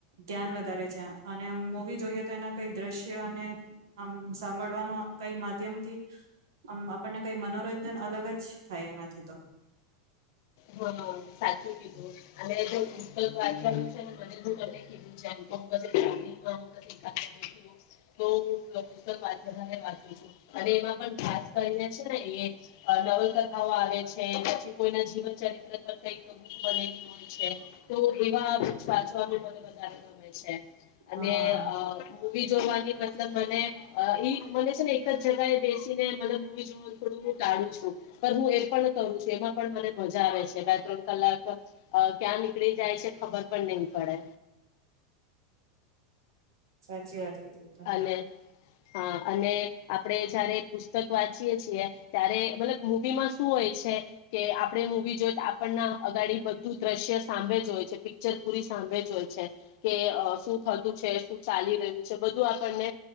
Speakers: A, on the right; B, on the left.
A: જ્ઞાન વધારે છે અને મૂવી જોઈએ તો એના કઈ દ્રશ્ય અને આમ સાંભળવાનું કઈ માધ્યમથી આમ આપણને કઈ મનોરંજન અલગ જ થાય એના તો
B: હા સાચું કીધું અને પુસ્તક વાંચવાનું છે ને બી તમે કીધું જેમ કસે ટ્રાવેલિંગ યા બેઠી હોઉં ત્યારે પુસ્તક ખાસ વાંચું છું ખાસ કરીને છેને એ નવલકથાઓ આવે છે પછી કોઈના જીવન ચિત્ર પર કઈ બનેલી હોય છે તો એવા સાચવાનું મને વધારે ગમે છે અને
A: હા
B: અ મુવી જોવાની મતલબ મને મને છે ને એક જ જગએ બેસીને મતલબ મુવી જોવાનું થોડું હ ટાળું છું પણ હું એ પણ કરું છું એમાં પણ મને મજા આવે છે બે ત્રણ કલાક અ ક્યાં નીકળી જાય છે ખબર પણ નહી પડે
A: સાચી વાત છે <unintelligible>
B: અને હા અને આપડે જયારે પુસ્તક વાંચીયે છીએ ત્યારે મતલબ મવી માં શું હોય છે કે આપડ મૂવી જોય તો આપણના અગાડી બધું દ્રશ્ય સાંભે જ હોય છે પિક્ચર પૂરી સાંભે જ હોય છે કે શું થતું છે શું ચાલી રહ્યું છે આપણને